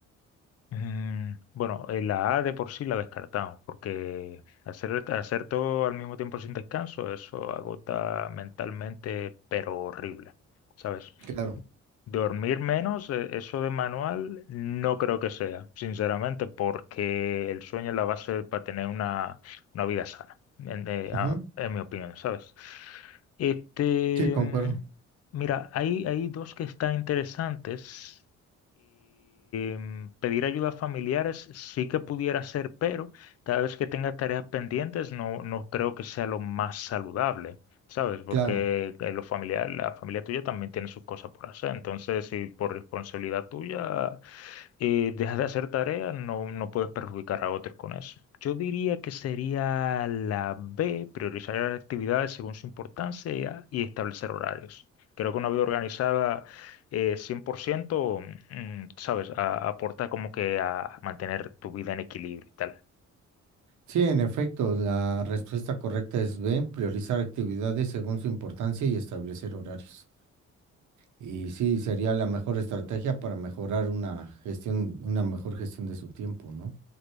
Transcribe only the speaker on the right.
Claro.
Ujú.
Sí, concuerdo.
Claro.
Sí, en efecto, la respuesta correcta es B, priorizar actividades según su importancia y establecer horarios. Y sí, sería la mejor estrategia para mejorar una gestión, una mejor gestión de su tiempo, ¿no?